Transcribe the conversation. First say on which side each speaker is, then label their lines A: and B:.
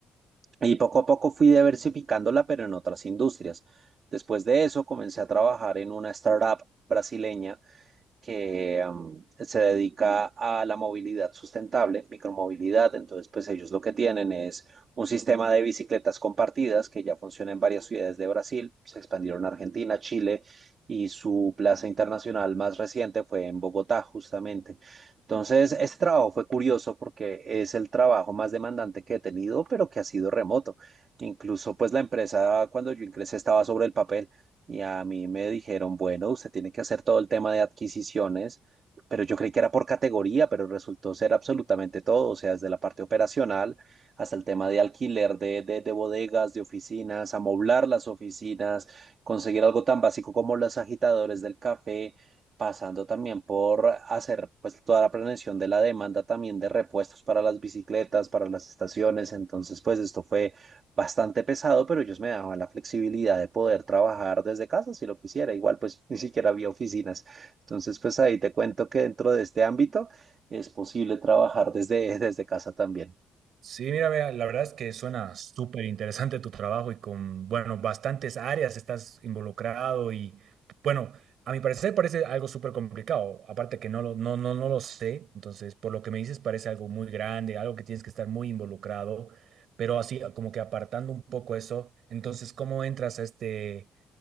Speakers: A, on the right; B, on the right.
A: Y poco a poco fui diversificándola, pero en otras industrias. Después de eso, comencé a trabajar en una startup brasileña que um, se dedica a la movilidad sustentable, micromovilidad. Entonces, pues ellos lo que tienen es un sistema de bicicletas compartidas que ya funciona en varias ciudades de Brasil, se expandieron a Argentina, Chile y su plaza internacional más reciente fue en Bogotá, justamente. Entonces, este trabajo fue curioso porque es el trabajo más demandante que he tenido, pero que ha sido remoto. Incluso, pues la empresa cuando yo ingresé estaba sobre el papel. Y a mí me dijeron, bueno, usted tiene que hacer todo el tema de adquisiciones, pero yo creí que era por categoría, pero resultó ser absolutamente todo, o sea, desde la parte operacional hasta el tema de alquiler de, de, de bodegas, de oficinas, amoblar las oficinas, conseguir algo tan básico como los agitadores del café, pasando también por hacer pues toda la planeación de la demanda también de repuestos para las bicicletas, para las estaciones. Entonces, pues esto fue bastante pesado, pero ellos me daban la flexibilidad de poder trabajar desde casa si lo quisiera. Igual, pues <laughs> ni siquiera había oficinas. Entonces, pues ahí te cuento que dentro de este ámbito es posible trabajar desde, <laughs> desde casa también.
B: Sí, mira, vea, la verdad es que suena súper interesante tu trabajo y con, bueno, bastantes áreas estás involucrado y, bueno, a mi parecer parece algo súper complicado, aparte que no lo, no, no, no lo sé, entonces, por lo que me dices, parece algo muy grande, algo que tienes que estar muy involucrado, pero así como que apartando un poco eso, entonces, ¿cómo entras a este...